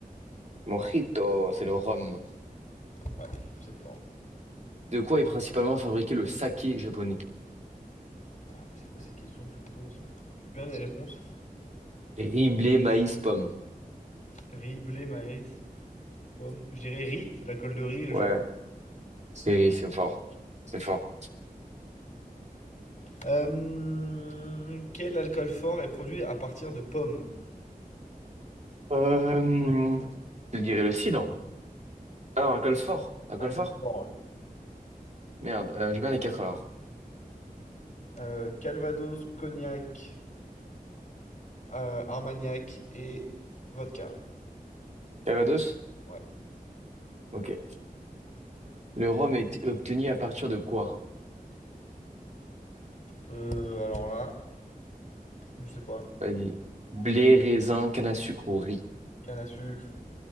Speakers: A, on the right; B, on the left.
A: Mojito, c'est le rhum.
B: Ouais, c'est fort.
A: De quoi est principalement fabriqué le saké japonais?
B: Oh, mais c'est quoi ces questions que tu me poses là? Tu veux bien les réponses?
A: Riz, blé, maïs, pomme.
B: Riz, blé, maïs, pomme. Je dirais riz, c'est l'alcool de riz, le
A: Ouais,
B: Japon.
A: c'est c'est fort. C'est fort.
B: Euh, Quel alcool fort est produit à partir de pommes?
A: Euh, Je dirais le cidre. Alors, alcool fort. Alcool
B: Alcool
A: fort?
B: fort, ouais.
A: Merde, euh, j'ai bien les quatre alors.
B: Euh, Calvados, cognac, euh, Armagnac et vodka.
A: Calvados?
B: Ouais.
A: Ok. Le rhum est obtenu à partir de quoi?
B: Euh, alors là, je sais pas.
A: Vas-y. Blé, raisin, canne à sucre ou riz?
B: Canne à sucre.